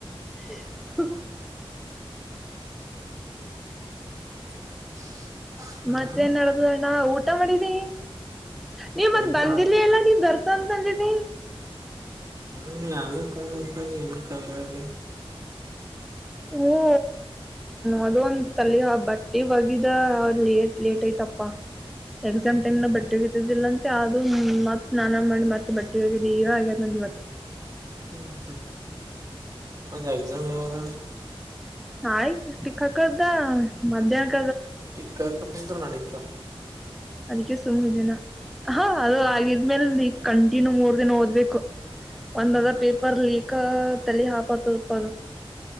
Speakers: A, in the centre; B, on the right (about 35°).
A: ಹಾ ಹಾ
B: <unintelligible> ಹ್ಮ್
A: ಮತ್ತೇನ್ ನಡಬುದ ಅ್ಣ ಊಟ ಮಾಡಿದೀ ನೀವ್ ಮತ್
B: ಎಲ್ಲಿ
A: ಬಂದಿಲ್ಲ
B: ಮಾಡ
A: ಎಲ್ಲ ನೀ್ ಬರ್ತ ಅಂತಂದಿದಿ
B: ಹ್ಮ ಅೇ ಪಸ ದನ ಏನ ಕರಾವ
A: ಓ ಅದ ಒಂದ ತಲ್ಲಿ ಬಟ್ಟೆ ಒಗಿದ ಲೇಟ್ ಲೇಟ್ ಐತಪ್ಪ ಎಕ್ಸಾಮ್ ಟೈ್ ನ ಬಟ್ಟಿಿದ್ದಿಲ್ಲ ಮತ್ತೆ ಅದು ಮತ್ತತ್ ಸ್ನಾನ ಮಾಡಿ ಮತ್ತೆ ಬಟ್ಟಿ ಹೋಗಿದ್ದಿ ಇವಾಗ್ಯ ನಂದ ಇವತ್ತ
B: ಹ್ಮ್ ಹ್ಮ್ ಅ ಎಕ್ಸಾಮ್ ಯಾವಾಗ
A: ಆಯ್ತು ಟಿಕ್ಕ ಹಕದ ಮಧ್ಯಾಹ್ನ
B: ಕ ತಂತ ನ ಡಿಿತಾ
A: ಅದಕ್ಕೆ ಸುಮ್ಮ ದಿನ ಹಾ ಅದು ಆಗಿದ್ಮೇಲ್ ಕಂಟಿನ್ಯೂ ಮೂರ್ ದಿನ ಓದ್ಬೇಕು ಒಂದ್ದ
B: ಹ್ಮ್
A: ಪೇಪರ್ ಲೀಕ್ ತಲಿ ಹಾಪತಪದು